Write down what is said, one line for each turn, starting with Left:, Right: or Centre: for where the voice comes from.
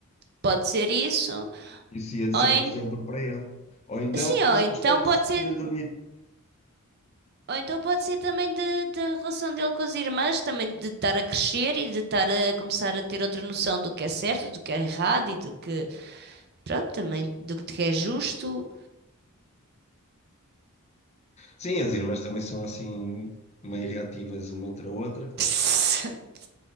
Right: pode ser isso.
Left: isso ia de ser
Right: Ou en-
Left: um exemplo para ele. Ou então,
Right: Sim, ou
Left: fizemos
Right: então
Left: todos
Right: pode ser,
Left: de dormir.
Right: ou então pode ser também de- da relação dele com as irmãs, também de estar a crescer e de estar a começar a ter outra noção do que é certo, do que é errado e do que, pronto, também do que é justo.
Left: Sim, as irmãs também são assim meio reativas uma entre a outra.
Right: <laughs>